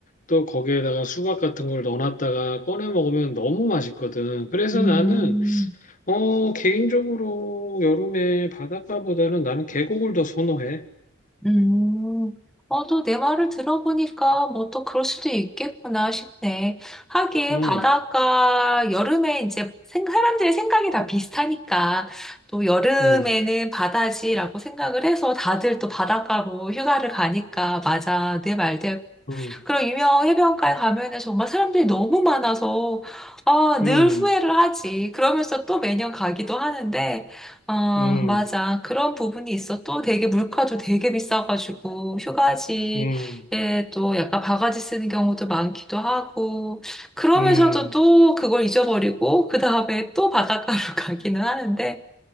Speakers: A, on the left; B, in the centre.
A: 또 거기에다가 수박 같은 걸 넣어놨다가 꺼내 먹으면 너무 맛있거든. 그래서
B: 음,
A: 나는 어 개인적으로 여름에 바닷가보다는 나는 계곡을 더 선호해.
B: 음. 어, 또 내 말을 들어보니까 뭐 또 그럴 수도 있겠구나 싶네. 하긴
A: 음,
B: 바닷가 여름에 이제 생- 사람들의 생각이 다 비슷하니까 또 여름에는
A: 음,
B: 바다지라고 생각을 해서 다들 또 바닷가로 휴가를 가니까 맞아. 내 말대로.
A: 음,
B: 그런 유명 해변가에 가면은 정말 사람들이 너무 많아서 아,
A: 음,
B: 늘 후회를 하지. 그러면서 또 매년 가기도 하는데 아,
A: 음,
B: 맞아. 그런 부분이 있어. 또 되게 물가도 되게 비싸가지고 휴가지에
A: 음,
B: 또 약간 바가지 쓰는 경우도 많기도 하고 그러면서도
A: 음,
B: 또 그걸 잊어버리고 그 다음에 또 바닷가로 <laughs> 가기는 하는데